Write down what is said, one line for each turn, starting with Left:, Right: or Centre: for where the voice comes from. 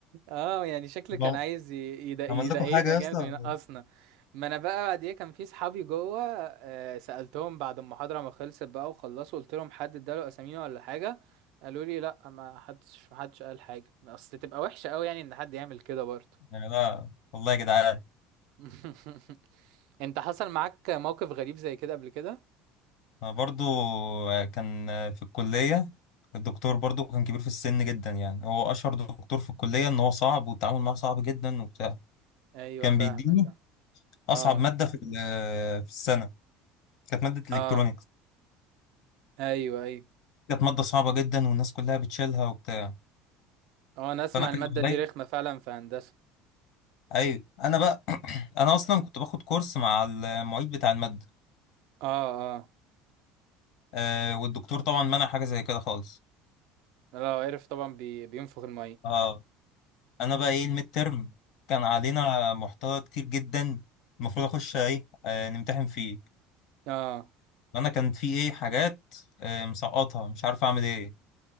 Right: اه يعني شكله
Left: بم-
Right: كان عايز ي- يد- يضايقنا
Left: عمل لكم حاجه
Right: جامد
Left: يا اسطى
Right: وينقصنا ما انا بقى بعديها كان في صحابي جوه آه، سألتهم بعد المحاضرة ما خلصت بقى وخلصوا قلت لهم حد اداله اسامينا ولا حاجة قالوا لي لا ما حدش ما حدش قال حاجة اصل تبقى وحشة قوي يعني ان حد يعمل كده برضه
Left: يعني لا والله يا جدعان
Right: <laughs> انت حصل معاك موقف غريب زي كده قبل كده
Left: انا برضو آه، كان في الكليه الدكتور برضو كان كبير في السن جدا يعني هو اشهر دكتور في الكليه ان هو صعب والتعامل معاه صعب جدا وبتاع
Right: ايوه
Left: كان
Right: فاهمك
Left: بيديني اصعب
Right: اه
Left: ماده في ال- في السنه كانت ماده
Right: اه
Left: الكترونيكس
Right: ايوه ايوه
Left: كانت ماده صعبه جدا والناس كلها بتشيلها وبتاع
Right: اه انا اسمع
Left: فانا كان
Right: المادة دي
Left: عليا
Right: رخمة فعلا في هندسة
Left: ايوه انا بقى <clears throat> انا اصلا كنت باخد كورس مع المعيد بتاع الماده
Right: اه اه
Left: آه والدكتور طبعا منع حاجه زي كده خالص
Right: لو عرف طبعا بي... بينفخ المية
Left: اه انا بقى ايه الميد ترم كان علينا محتوى كتير جدا المفروض اخش ايه آه نمتحن فيه
Right: اه
Left: وانا كان في ايه حاجات آه مسقطها مش عارف اعمل ايه